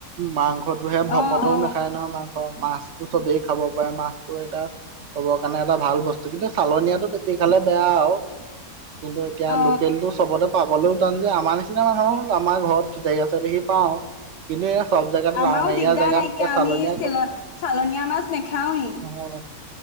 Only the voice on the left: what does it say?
অ অ
অ
আমাৰো
দিগদাৰ
নাইকিয়া
আমি
চ চালনীয়া মাছ নাখাওৱেই